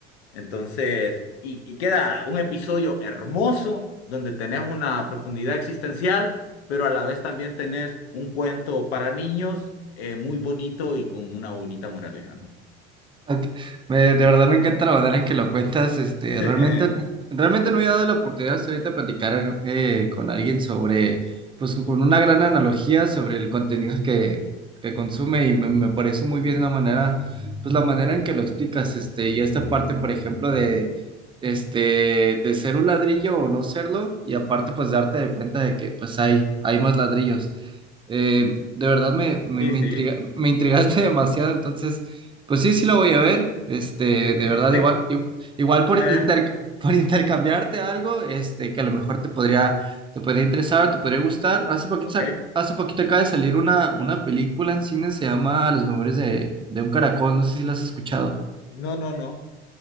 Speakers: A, on the left (about 75°); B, on the right (about 15°).
A: Entonces, y, y queda un episodio hermoso donde tenés una profundidad existencial, pero a la vez también tenés un cuento para niños eh, muy bonito y con una bonita moraleja, ¿no?
B: Ok. Me- de verdad me encanta la manera en que lo cuentas. Este,
A: <laughs>
B: realmente, realmente no había dado la oportunidad hasta ahorita de platicar eh, con alguien sobre, pues con una gran analogía sobre el contenido que, que consume y me, me parece muy bien la manera, pues la manera en que lo explicas. Este, y esta parte, por ejemplo, de, este, de ser un ladrillo o no serlo y aparte, pues darte de cuenta de que, pues hay, hay más ladrillos. Eh, de verdad me, me,
A: Sí,
B: me
A: sí,
B: intriga, me intrigaste <laughs> demasiado, entonces. Pues sí, sí lo voy a ver. Este,
A: sí,
B: de
A: sí. <laughs>
B: verdad,
A: Te-
B: igual, igu- igual, por
A: me-
B: inter- <laughs> por intercambiarte algo, este, que a lo mejor te podría, te podría interesar, te podría gustar. Hace poquito,
A: ok.
B: sa- hace poquito acaba de salir una, una película en cine, se llama Los Memorias de, de un Caracol, no sé si la has escuchado.
A: No, no, no.